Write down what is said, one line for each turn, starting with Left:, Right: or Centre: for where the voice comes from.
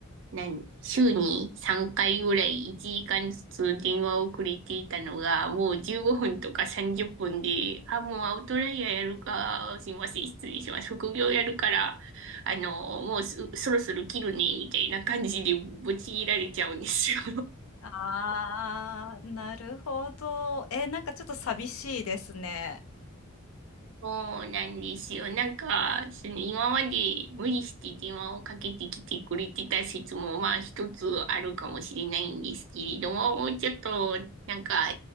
Right: 何週に3回ぐらい1時間ずつ電話をくれていたのが、もう15分とか30分で、あ、もうアウトライヤーやるか、すいません、失礼します。副業やるから、あの、もうすそろそろ切るね、みたいな感じでぶち切られちゃうんですよ。
Left: ああ、なるほど。え、なんかちょっと寂しいですね。
Right: そうなんですよ。なんか、その今まで無理して電話をかけてきてくれてた説も、まあ一つあるかもしれないんですけれども、もうちょっと、なんか、